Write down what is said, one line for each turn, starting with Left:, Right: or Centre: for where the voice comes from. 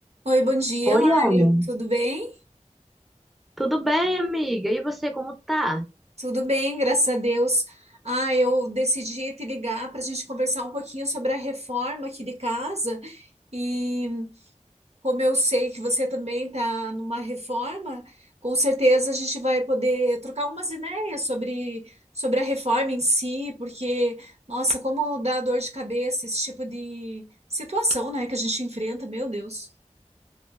Right: Oi, bom dia,
Centre: Oi,
Right: Laila.
Centre: Ana.
Right: Tudo bem?
Centre: Tudo bem, amiga? E você, como tá?
Right: Tudo bem, graças a Deus. Ah, eu decidi te ligar para a gente conversar um pouquinho sobre a reforma aqui de casa. E como eu sei que você também está numa reforma, com certeza a gente vai poder trocar umas ideias sobre, sobre a reforma em si, porque, nossa, como dá dor de cabeça esse tipo de situação, né, que a gente enfrenta, meu Deus.